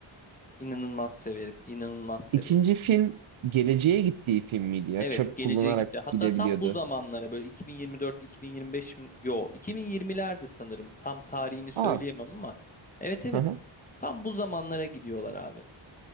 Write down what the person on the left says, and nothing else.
İnanılmaz severim. İnanılmaz severim.
Evet,
geleceğe
gitti. Hatta
tam bu zamanlara böyle 2024, 2025 mi? Yo, 2020'lerde sanırım. Tam tarihini söyleyemem
ama. Evet evet.
Tam bu zamanlara gidiyorlar abi.